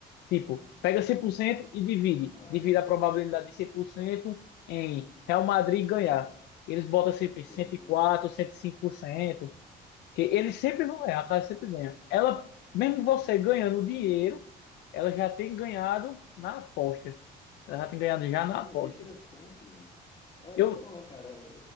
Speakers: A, on the left; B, on the left.
A: Tipo, pega 100% e divide.
B: ah,
A: Divide a probabilidade de 100% em Real Madrid ganhar. Eles botam sempre
B: entendi.
A: cento cento e e quatro cento e cinco por cento que eles sempre vão errar, a casa sempre ganha. Ela, mesmo você ganhando dinheiro, ela já tem ganhado na aposta. Ela já tem ganhado já
B: Caramba,
A: na aposta.
B: que interessante, mano. É,
A: Eu,
B: então, cara,